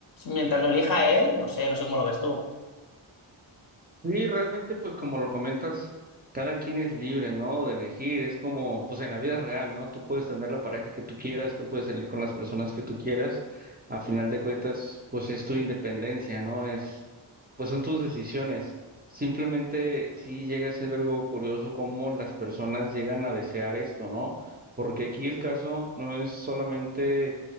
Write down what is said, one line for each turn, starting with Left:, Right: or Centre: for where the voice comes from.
Left: mientras lo elija él, no sé, no sé cómo lo ves tú.
Right: Sí, realmente, pues como lo comentas, cada quien es libre, ¿no? De elegir, es como, pues en la vida real, ¿no? Tú puedes tener la pareja que tú quieras, tú puedes salir con las personas que tú quieras, a final de cuentas, pues es tu independencia, ¿no? Es, pues son tus decisiones. Simplemente sí llega a ser algo curioso cómo las personas llegan a desear esto, ¿no? Porque aquí el caso no es solamente